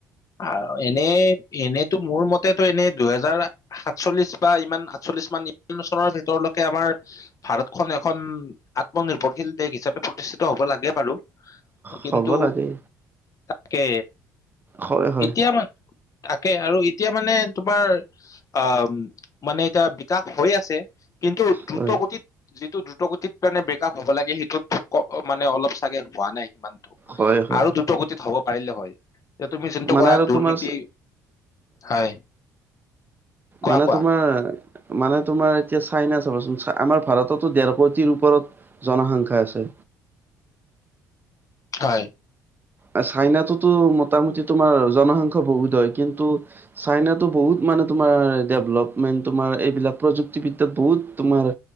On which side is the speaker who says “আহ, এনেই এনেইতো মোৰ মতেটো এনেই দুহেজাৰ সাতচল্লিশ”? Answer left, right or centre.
Left